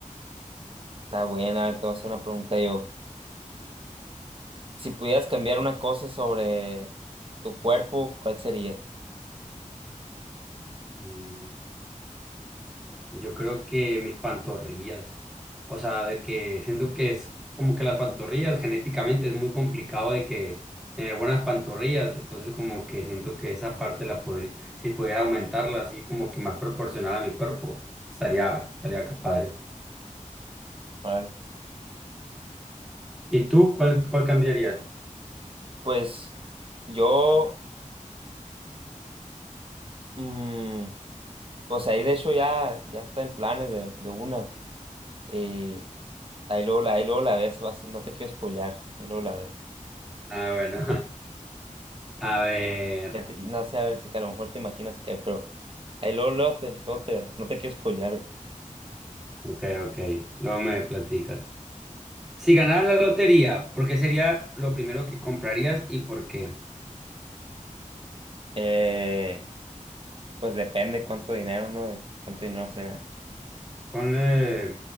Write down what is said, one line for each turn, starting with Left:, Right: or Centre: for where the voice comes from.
Right: Está buena, te voy a hacer una pregunta yo. Si pudieras cambiar una cosa sobre tu cuerpo, ¿cuál sería?
Centre: Mm, Yo creo que mis pantorrillas. O sea, de que siento que es como que las pantorrillas genéticamente es muy complicado de que tener buenas pantorrillas. Entonces como que siento que esa parte la podría, si pudiera aumentarla así como que más proporcional a mi cuerpo, estaría, estaría que padre.
Right: Órale.
Centre: ¿Y tú cuál, cuál cambiarías?
Right: Pues yo, mm, pues ahí de hecho ya, ya está en planes de, de una. Y ahí luego la, ahí luego la ves, vas- no te quiero spoilear, ahí luego la ves.
Centre: Ah, bueno. <laughs> A ver.
Right: Ya te- no sé, a ver, si que a lo mejor te imaginas qué, pero ahí luego, luego te, luego te- no te quiero spoilear.
Centre: Ok, ok. Luego me platicas. Si ganaras la lotería, ¿por qué sería lo primero que comprarías y por qué?
Right: Eh, pues depende cuánto dinero uno, cuánto dinero se gana.
Centre: Ponle,